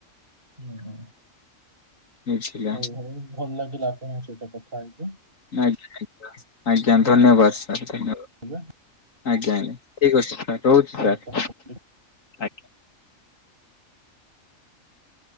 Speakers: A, on the right (about 40°); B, on the left (about 70°).
A: ହୁଁ ହ
B: ବୁଝିଲା
A: ହଉ ହଉ ଭଲ ଲାଗିଲା ଆପଣଙ୍କ ସହିତ କଥା ହେଇକି।
B: ଆଜ୍ଞା ଆଜ୍ଞା
A: ମୁଁ
B: ଧନ୍ୟବାଦ ସାର୍ ଧନ୍ୟବାଦ।
A: ଏବେ
B: ଆଜ୍ଞା ଆଜ୍ଞା ଠିକ ଅଛି ସାର୍ ରହୁଛି ସାର୍
A: ବର୍ତ୍ତମାନ
B: ଆଜ୍ଞା।